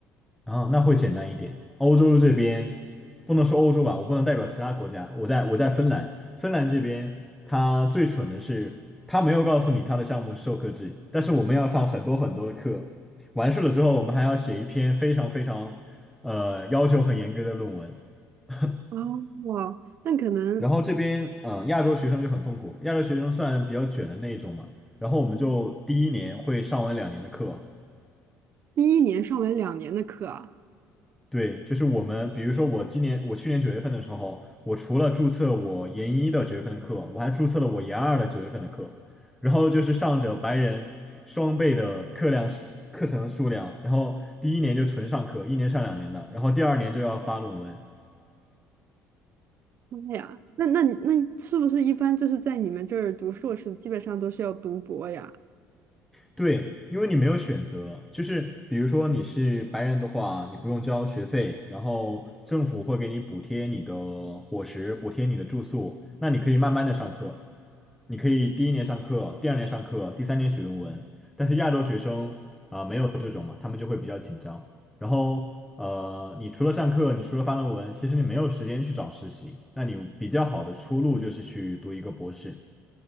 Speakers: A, in the centre; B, on the right.
A: 啊，那会简单一点。欧洲这边不能说欧洲吧，我不能代表其他国家。我在我在芬兰，芬兰这边他最蠢的是，他没有告诉你他的项目是授课制，但是我们要上很多很多的课，完事了之后，我们还要写一篇非常非常呃要求很严格的论文。<laughs>
B: 哦，哇，那可能
A: 然后这边嗯、呃亚洲学生就很痛苦，亚洲学生算比较卷的那一种嘛。然后我们就第一年会上完两年的课，
B: 第一年上完两年的课啊，
A: 对，就是我们，比如说我今年，我去年九月份的时候，我除了注册我研一的九月份的课，我还注册了我研二的九月份的课，然后就是上着白人双倍的课量数课程数量，然后第一年就纯上课，一年上两年的，然后第二年就要发论文。
B: 妈呀，那那那是不是一般就是在你们这儿读硕士，基本上都是要读博呀？
A: 对，因为你没有选择，就是比如说你是白人的话，你不用交学费，然后政府会给你补贴你的伙食，补贴你的住宿，那你可以慢慢的上课，你可以第一年上课，第二年上课，第三年写论文。但是亚洲学生啊、没有这种嘛，他们就会比较紧张。然后呃，你除了上课，你除了发论文，其实你没有时间去找实习，那你比较好的出路就是去读一个博士。